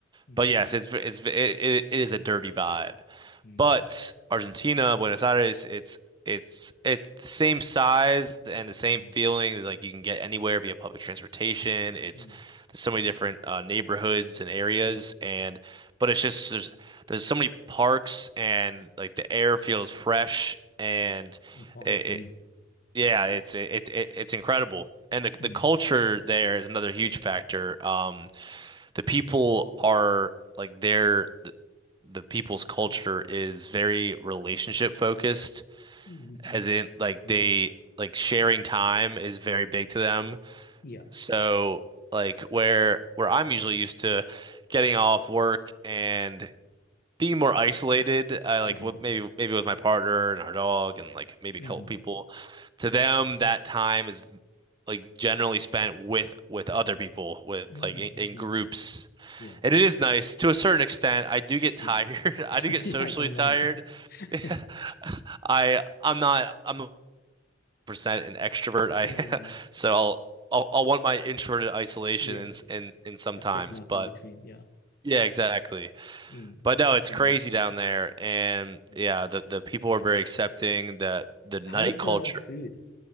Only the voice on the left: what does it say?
Mm,
mm,
mm,
mm.
Yeah,
yes, important
for
me.
Mm,
mm,
mm,
hmm
Yeah,
yeah,
yeah.
Mm-hmm.
Mm,
that's
nice
up. Yeah,
yeah.
<laughs>
Yeah,
I can imagine.
<laughs>
Mm,
yes,
a quick nap
in between. Yeah.
Mm,
I think
I'm the same.
Mm.
How's the
food?